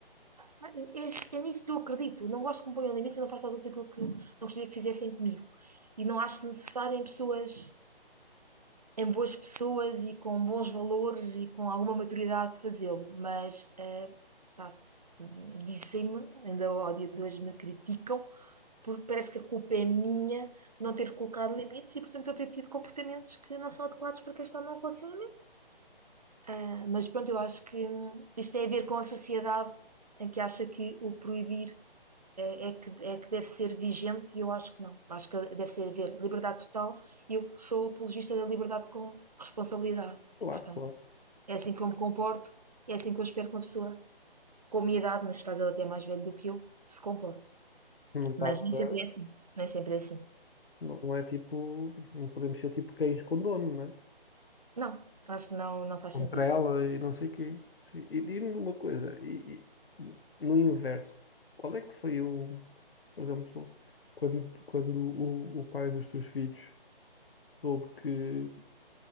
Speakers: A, on the right; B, on the left.
A: pá, é, é é nisso que eu acredito. Não gosto que me ponham limites e não faço aos outros aquilo que não gostaria que fizessem comigo. E não acho necessário em pessoas em boas pessoas e com bons valores e com alguma maturidade de fazê-lo, mas eh, pá, dizem-me, ainda ao dia de hoje me criticam, porque parece que a culpa é minha não ter colocado limites e, portanto, eu ter tido comportamentos que não são adequados para quem está num relacionamento. Ah, mas pronto, eu acho que hum, isto tem a ver com a sociedade em que acha que o proibir é, é que, é que deve ser vigente e eu acho que não. Acho que deve ser haver liberdade total e eu sou apologista da liberdade com responsabilidade.
B: claro,
A: E, portanto,
B: claro.
A: é assim que eu me comporto, é assim que eu espero que uma pessoa com a minha idade, neste caso ela até é mais velha do que eu, se comporte.
B: Não estás
A: Mas nem sempre
B: a-
A: é assim. Nem sempre é assim.
B: Não é tipo, não podemos ser tipo cães com dono, né?
A: Não, acho que não, não faz
B: contra
A: sentido.
B: ela e não sei o quê. Sim, E diz-me uma coisa, e, e no inverso, qual é que foi o, por exemplo, quando, quando o, o pai dos teus filhos soube que,